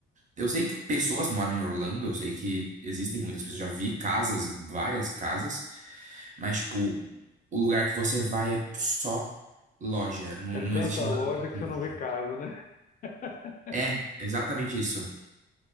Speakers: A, on the right (about 40°); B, on the left (about 40°).
A: Eu sei que pessoas moram em Orlando, eu sei que existem muitas pessoas, já vi casas, várias casas, mas, tipo, o lugar que você vai é só loja, não,
B: É
A: não
B: tanta
A: existe nada
B: loja
A: daquilo.
B: que você não vê casa, né? <laughs>
A: É, exatamente isso.